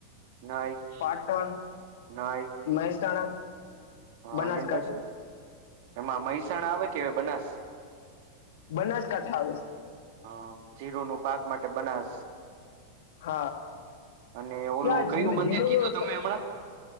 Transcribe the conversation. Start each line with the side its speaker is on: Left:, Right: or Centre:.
Right: nice
Left: Patan
Right: nice.
Left: મહેસાણા.
Right: હહ
Left: બનાસકાંઠા
Right: એન પછી એમાં મહેસાણ આવે કે બનાસ?
Left: બનાસકાંઠા આવેસ.
Right: હહ જીરુંનું પાક માટે બનાસ.
Left: હહ
Right: અને ઓલું
Left: ક્યાં ઝીણું
Right: કયું મંદિર
Left: ઝીણુંસ
Right: કીધું તમે હમણાં